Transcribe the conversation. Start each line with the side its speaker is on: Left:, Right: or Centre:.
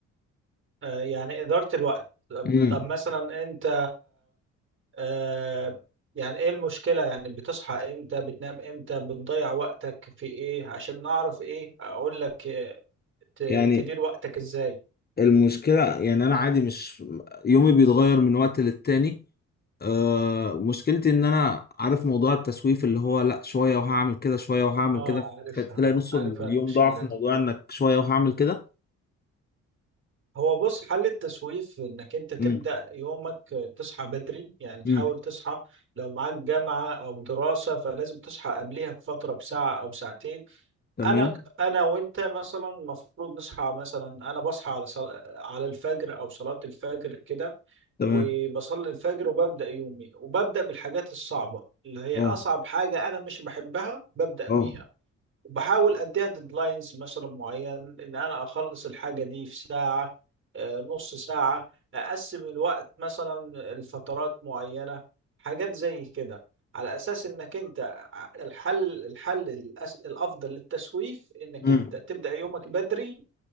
Right: آه يعني إدارة الوقت طب
Left: امم
Right: طب مثلا انت آه يعني ايه المشكلة يعني بتصحى امتى بتنام امتى بتضيع وقتك في ايه عشان نعرف ايه اقول لك آه، ت-
Left: يعني
Right: تدير وقتك ازاي
Left: المشكلة يعني انا عادي مش يومي بيتغير من وقت للتاني آه مشكلتي ان انا عارف موضوع التسويف اللي هو لا شوية وهعمل كده شوية وهعمل
Right: اه
Left: كده
Right: عارفها
Left: تلاقي نص
Right: عارفها
Left: اليوم
Right: المشكلة
Left: ضاع في
Right: دي
Left: موضوع انك شوية وهعمل كده
Right: هو بص حل التسويف انك انت تبدأ
Left: امم
Right: يومك تصحى بدري يعني تحاول
Left: امم
Right: تصحى لو معاك جامعة او دراسة فلازم تصحى قبلها بفترة بساعة او ساعتين
Left: تمام
Right: انا انا وانت مثلا المفروض نصحى مثلا انا بصحى على صل... على الفجر او صلاة الفجر كده
Left: تمام
Right: وبصلي الفجر وببدأ يومي وببدأ بالحاجات الصعبة اللي هي
Left: اه
Right: اصعب حاجة انا مش بحبها ببدأ بيها
Left: اه
Right: وبحاول اديها ديدلاينز مثلا معين ان انا اخلص الحاجه دي في ساعه آه، نص ساعه اقسم الوقت مثلا لفترات معينه حاجات زي كده على اساس انك انت ع- الحل الحل الأس- الافضل للتسويف انك
Left: امم
Right: انت تبدا يومك بدري